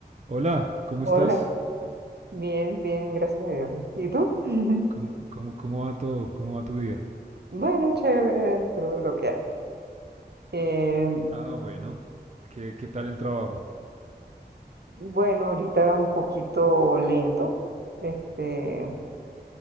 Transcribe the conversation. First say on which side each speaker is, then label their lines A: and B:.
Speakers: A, on the right; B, on the right.
A: Hola, ¿cómo
B: Hola,
A: estás?
B: bien, bien, gracias a Dios. ¿Y tú? <laughs>
A: ¿Cómo, cómo, cómo va todo? ¿Cómo va tu día?
B: Bueno, chévere dentro de lo que hay. Eh,
A: Ah, bueno. ¿Qué, qué tal el trabajo?
B: bueno, ahorita un poquito lento, este,